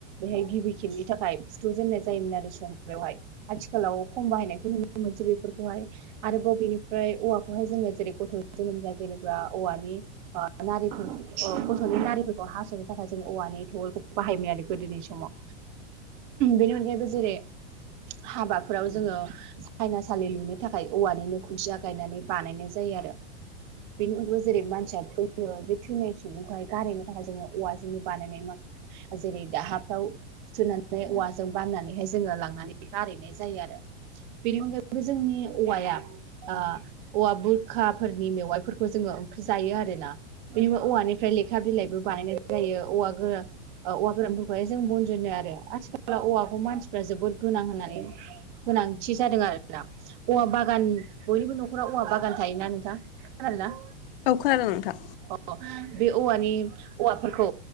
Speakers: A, on the right; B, on the left.
A: बेहाय गिबि खेबनि थाखाय फुथ' जेननाय जायोमोन आरो संग्रायावहाय आथिखालाव खम बाहायनायखौ नुनो मोनसै बेफोरखौहाय आरोबाव बेनिफ्राय औवाखौहाय जोङो जेरै गथ' जोनोम जाजेनोबा औवानि ओ नारि ओ गथ'नि नारिफोरखौ हास'नो थाखाय जों औवानि थेवलखौ बाहायोमोन आरो गोदोनि समाव बेनि अनगायैबो जेरै हाबाफोराव जोङो सायनासालि लुनो थाखाय औवानिनो खुनथिया गायनानै बानायनाय जायो आरो बेनि उनावबो जेरै मानसिया थै यो बे थैनाय सुबुंखौहाय गारहैनो थाखाय जोङो औवा जोंनो बानायनाय माखासे जेरै दाहाफ्राव सोनानै औवाजों बाननानैहाय जोङो लांनानै गारहैनाय जायो आरो बेनि अनगायैबो जोंनि औवाया ओ औवा बुरखाफोरनि मेवाइफोरखौ जोङो ओंख्रि जायो आरोना बे औवानिफ्राय लेखा बिलाइबो बानायनाय जायो औवा गोरा औवा गोरानफोरखौहाय जों बनजनो आरो आथिखालाव औवाखौ मानसिफ्रा जोबोद गोनां होननानै गोनांथि जादों आरोना औवा बागान बयनिबो न'खराव औवा बागान थायोना नोंथां खोनादोंना
B: औ खोनादों नोंथां
A: अ बे औवानि औवाफोरखौ